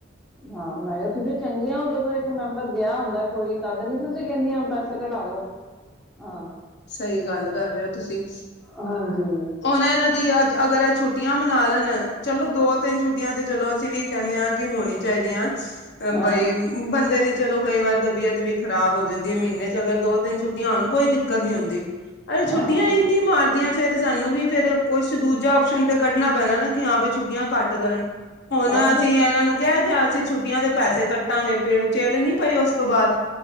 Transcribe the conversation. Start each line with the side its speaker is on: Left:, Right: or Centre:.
Centre: ਹਾਂ ਮੈਂ ਕਿਹਾ ਤੁਸੀ। ਉਹ ਜਦੋਂ ਇੱਕ ਮੈਂਬਰ ਗਿਆ ਹੁੰਦਾ ਕੋਈ, ਤਦ ਨੀ ਤੁਸੀਂ ਕਹਿੰਦੀਆਂ। ਪੈਸੇ ਘਟਾ ਦੋ, ਹਾਂ।
Left: ਸਹੀ ਗੱਲ ਕਰ ਰਹੇ ਹੋ ਤੁਸੀਂ।
Centre: ਹਾਂਜੀ।
Left: ਉਹਨੇ ਇਹਨਾਂ ਦੀ ਅੱਜ ਅਗਰ ਇਹ ਛੁੱਟੀਆਂ ਮਨਾ ਲੈਣ, ਚਲੋ ਦੋ। ਤਿੰਨ ਛੁੱਟੀਆਂ ਤੇ ਚਲੋ, ਅਸੀਂ ਵੀ ਕਹਿੰਦੇ ਹਾਂ ਕਿ ਹੋਣੀ ਚਾਹੀਦੀਆਂ ਅ
Centre: ਹਾਂ
Left: ਬਈ। ਬੰਦੇ ਦੀ ਚਲੋ ਕਈ ਵਾਰ ਤਬੀਅਤ ਵੀ ਖ਼ਰਾਬ ਹੋ ਜਾਂਦੀ ਹੈ, ਮਹੀਨੇ ਚ ਅਗਰ ਦੋ- ਤਿੰਨ ਛੁੱਟੀਆਂ ਹੋਣ, ਕੋਈ ਦਿੱਕਤ ਨਹੀਂ ਹੁੰਦੀ। ਉਹ ਛੁੱਟੀਆਂ
Centre: ਹਾਂ
Left: ਇਨੀਆਂ ਮਾਰਦੀਆਂ ਫੇਰ, ਸਾਨੂੰ ਵੀ ਫੇਰ। ਕੁਛ ਦੂਜਾ ਆਪਓਸ਼ਨ ਤੇ ਕੱਢਣਾ ਪੈਣਾ ਨਾ ਕਿ ਹਾਂ ਵੀ ਛੁੱਟੀਆਂ ਘੱਟ ਕਰਨ, ਹੁਣ
Centre: ਹਾਂ
Left: ਅਸੀਂ
Centre: ਜੇ
Left: ਇਹਨਾਂ ਨੂੰ ਕਹਿ ਗਿਆ, ਅਸੀਂ ਛੁੱਟੀਆਂ ਦੇ ਪੈਸੇ ਕੱਟਾਂਗੇ ਚੇੜ ਨੀ ਪਾਈ ਉਸ ਉਸ ਤੋਂ ਬਾਅਦ,